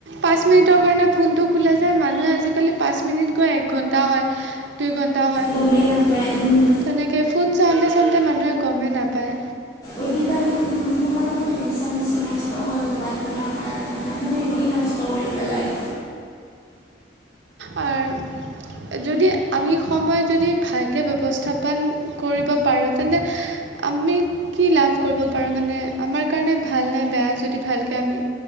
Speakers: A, on the right; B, on the left.
A: পাঁচ মিনিটৰ কাৰণে ফোনটো খোলা যায় মানুহে আজিকালি পাঁচ মিনিট গৈ একঘণ্টা হয় দুই ঘন্টা হয়
B: গমেই নাপায় উম
A: তেনেকে ফোন চাওঁতে চাওঁতে মানুহে গমেই নাপায়
B: অতিবাহী সময়বোৰে মিছা মিছি নষ্ট হ'ল মোবাইল ফোনৰ কাৰণে মানুহে এনেই নষ্ট কৰি পেলাই
A: আৰ যদি আমি সময় যদি ভালকে ব্যৱস্থাপন কৰিব পাৰোঁ তেন্তে আমি কি লাভ কৰিব পাৰোঁ মানে আমাৰ কাৰণে ভাল নে বেয়া যদি ভালকে আমি